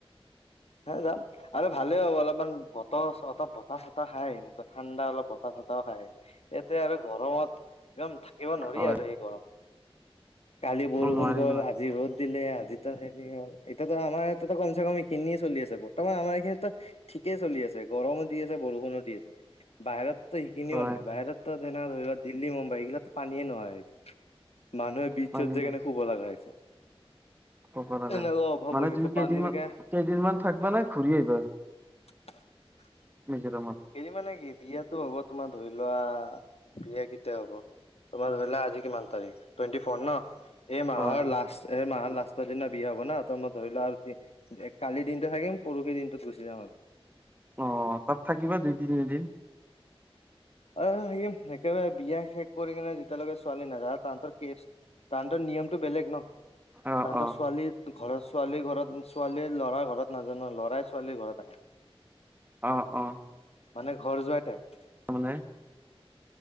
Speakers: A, on the left; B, on the right.
A: হে যাম আৰু ভালে হব অলপমান বতৰ অলপ বতাহ চতাহ খাই আহিম ঠাণ্ডা অলপ বতাহ চতাহ। <unintelligible> এতিয়া আৰু গৰমত একদম থাকিব নোৱাৰি
B: হয়
A: আৰু এই গৰম কালি বৰষুণ
B: অ নোৱাৰি
A: গ'ল
B: নোৱাৰি
A: আজি ৰ'দ দিলে আজিটো হেৰি হ'ল, এইটোতো আমাৰ এইটোতটো কম চে কম এইখিনিয়ে চলি আছে বহুত বৰ্তমান আমাৰ এইখিনিতো ঠিকেই চলি আছে গৰমো দি আছে বৰষুণো দি আছে বাহিৰত সেইখিনিও
B: হয়
A: নাই বাহিৰতো যেনে ধৰি লোৱা দিল্লী মুম্বাই সেইগিলাকতটো পানীয়ে নোহোৱা হৈছে। মানুহে ব্ৰিছত
B: পানী
A: যায়
B: হৈছে
A: শুব লগা হৈছে।
B: ক'ব লাগে
A: এনেকুৱা অভাৱ
B: মানে
A: হৈ গৈছে
B: তুমি কেইদিনমান,
A: পানীৰ গে
B: কেইদিনমান থাকিবা নে ঘূৰি আহিবা?
A: <inaudible>
B: মিজোৰামত
A: এদিন মানে কি বিয়াটো হ'ব তোমাৰ ধৰি লোৱা, বিয়া কেতিয়া হব! তোমাৰ ধৰিলা আজি কিমান তাৰিখ টুৱেণ্টি ফৰ ন এই মাহৰ
B: হয় হয়
A: লাষ্ট এ মাহৰ লাষ্টৰ দিনা বিয়া হব না ত মই ধৰিলোৱা আৰু কালিৰ দিনটো থাকিম পৰহি দিনটোত গুচি যাম আৰু
B: অ তাত থাকিবা দুই-তিনিদিন?
A: অঁ সেয়ে সেইকাৰণে বিয়া শেষ কৰি কিনে যেতিয়ালৈকে ছোৱালী নাযায় তাহাঁতৰ কেচ তাহঁতৰ নিয়মটো বেলেগ ন,
B: অ
A: তাহঁতৰ
B: অ
A: ছোৱালী ঘৰত ছোৱালী ঘৰত ছোৱালীয়ে লৰা ঘৰত নাজানো লৰাই ছোৱালীৰ ঘৰত আহে।
B: অহ অহ
A: মানে ঘৰ জোঁৱাই টাইপ
B: হে